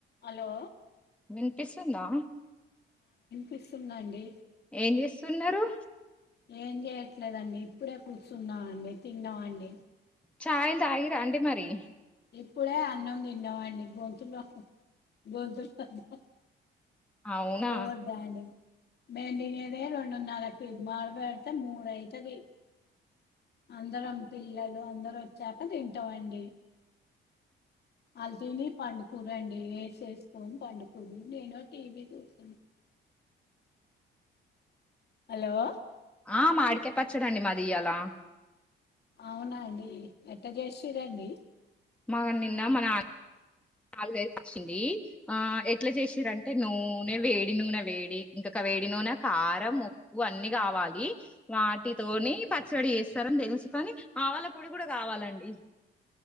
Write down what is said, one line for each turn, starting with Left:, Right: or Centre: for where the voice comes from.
Left: Hello
Centre: వినిపిస్తుందా?
Left: పిస్తుందండి
Centre: ఏం జేస్తున్నరు
Left: ఏం జేయట్లేదండి ఇప్పుడే కూర్చున్నా అండి, తిన్నామండి.
Centre: చాయిల్ తాగిర్ర అండి మరి?
Left: ఇప్పుడే అన్నం దిన్నమండి గొంతులొ గొంతులో
Centre: అవునా
Left: పోవద్దా అండి మేం దినేదే రెండున్నరకి మర బెడితే మూడయితది. అందరం పిల్లలు అందర వచ్చాక తింటామండి
Centre: అ
Left: అల్ తని పండుకూరండి వేసేసుకోను పండుకూర నేను టీవీ చూసాను హలో
Centre: ఆ మాడికే పచ్చడండి మాది ఇయ్యాల
Left: అవునాండి ఎట్ట చేసిరండి
Centre: మగ నిన్న మన నాలుగై వచ్చింది ఆ ఎట్లా చేసారంటే నూనె వేడి నూనె వేడి ఇంకక వే చెడి నూనె కారం ఉప్పు అన్ని కావాలి వాటితోని పచ్చడి వస్తారని తెలుసు కానీ ఆవల పొడి కూడా కావాలండి